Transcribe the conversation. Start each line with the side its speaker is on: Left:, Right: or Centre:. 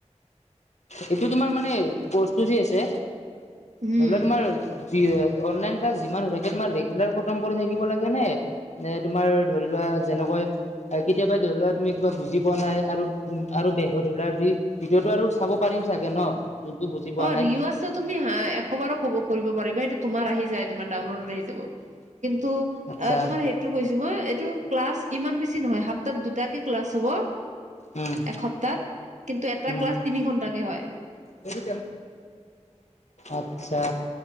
Left: এইটো তোমাৰ মানে কৰ্চটো যে আছে
Right: উম
Left: ধৰি লোৱা তোমাৰ যি অনলাইন যিমান হৈ থাকে তোমাৰ ৰেগুলাৰ খতম কৰি থাকিব লাগে নে? নে তোমাৰ ধৰি লোৱা যেনেকৈ কেতিয়াবা ধৰি লোৱা তুমি কিবা বুজি পোৱা নাই আৰু উম আৰু বেগ ধৰিলা ভিডিঅটো আৰু চাব পাৰিম চাগে ন? যোনটো বুজি পোৱা
Right: অ
Left: নাই
Right: ৰিয় আছে তুমি হা এশ বাৰ ক'ব। কৰিব পাৰিবা সেইটো তোমাৰ আহি যায় তোমাৰ ডাউনলডত আহি যাব। কিন্তু অ
Left: আচ্ছা
Right: তোমাৰ সেইটো কৈছো মই। ক্লাছ ইমান বেছি নহয় সপ্তাত দুটাকে ক্লাছ হ'ব।
Left: উম
Right: এসপ্তাত কিন্তু এটা
Left: উম
Right: ক্লাছ তিনি ঘন্টা কে হয়।
Left: এইটো আচ্ছা।